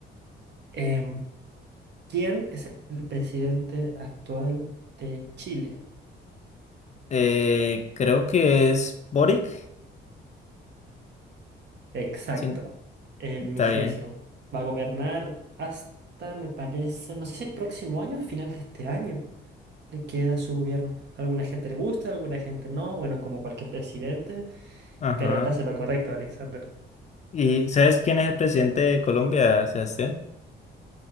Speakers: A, on the right; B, on the left.
A: em, ¿quién es el presidente actual de Chile?
B: Eh, creo que es Boric.
A: Exacto,
B: Sí,
A: el
B: está
A: mismísimo.
B: bien.
A: Va a gobernar hasta, me parece, no sé si el próximo año o final de este año le queda su gobierno. Alguna gente le gusta, alguna gente no, bueno, como cualquier presidente,
B: Ajá.
A: pero estás en lo correcto, Alexander.
B: ¿Y sabes quién es el presidente de Colombia, Sebastián?